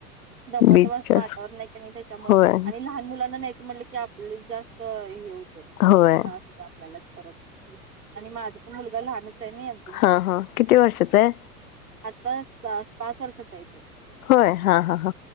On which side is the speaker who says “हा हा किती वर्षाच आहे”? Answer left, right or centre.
Left